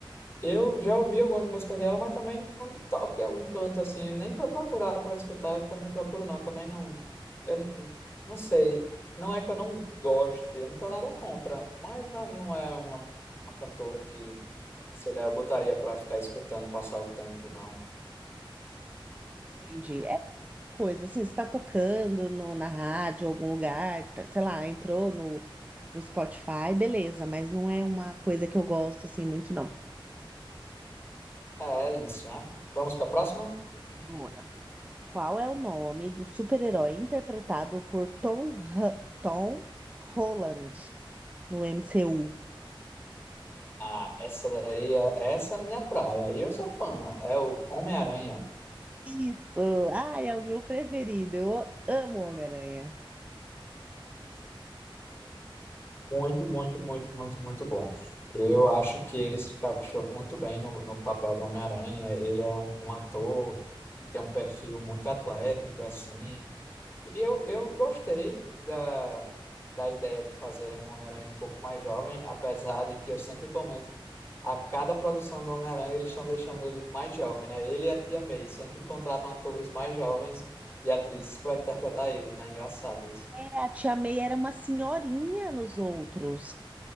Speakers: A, on the left (about 25°); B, on the right (about 15°).
A: Eu já ouvi algumas músicas dela, mas também quando toca em algum canto assim, nem para procurar, para escutar, eu também procuro não, também não. Eu não não sei, não é que eu não goste, eu não tenho nada contra, mas não, não é uma, uma cantora que, sei lá, eu botaria para ficar escutando, passar o tempo, não.
B: entendi. É coisa assim, você tá tocando no, na rádio, algum lugar, tá- sei lá, entrou no, no Spotify, beleza, mas não é uma coisa que eu gosto assim muito, não.
A: É, é isso, né? Vamos para a próxima?
B: Bora. Qual é o nome do super-herói interpretado por Tom, Ha- Tom Holland no MCU?
A: Ah, essa daí, é- essa é a minha praia, e eu sou fã, é o Homem-Aranha.
B: Isso! Ai, é o meu preferido. Eu amo Homem-Aranha.
A: Muito, muito, muito, muito, muito bom. Eu acho que ele se encaixou muito bem no, no papel do Homem-Aranha. Ele é um, um ator que tem um perfil muito atlético, assim. E eu, eu gostei da, da ideia de fazerem um Homem-Aranha um pouco mais jovem, apesar de que eu sempre comento que a cada produção do Homem-Aranha eles estão deixando ele mais jovem, né? Ele e a Tia May sempre contratam atores mais jovens e atrizes para interpretar ele, né? Engraçado isso.
B: É, a tia May era uma senhorinha nos outros.